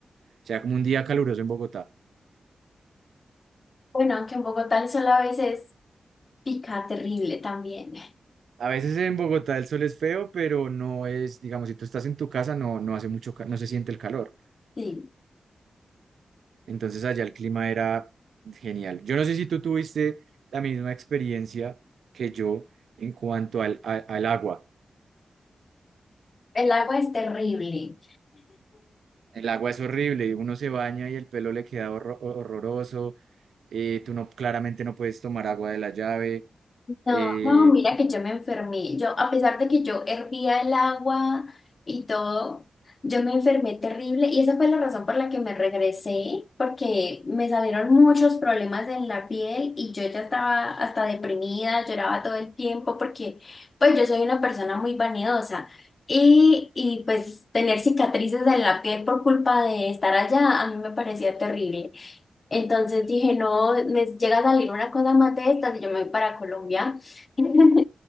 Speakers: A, on the right (about 85°); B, on the left (about 45°).
A: O sea, como un día caluroso en Bogotá.
B: Bueno, aunque en Bogotá el sol a veces pica terrible también.
A: A veces en Bogotá el sol es feo, pero no es, digamos, si tú estás en tu casa, no, no hace mucho, ca- no se siente el calor.
B: Sí,
A: Entonces allá el clima era genial. Yo no sé si tú tuviste la misma experiencia que yo en cuanto al, a- al agua.
B: el agua es terrible.
A: El agua es horrible, uno se baña y el pelo le queda horro- horroroso, eh, tú no, claramente no puedes tomar agua de la llave
B: No,
A: Eh,
B: no, mira que yo me enfermé. Yo, a pesar de que yo hervía el agua y todo, yo me enfermé terrible y esa fue la razón por la que me regresé, porque me salieron muchos problemas en la piel y yo ya estaba hasta deprimida, lloraba todo el tiempo porque pues yo soy una persona muy vanidosa y, y pues tener cicatrices en la piel por culpa de estar allá a mí me parecía terrible. Entonces dije, no, me llega a salir una cosa más de estas y yo me voy para Colombia. <laughs>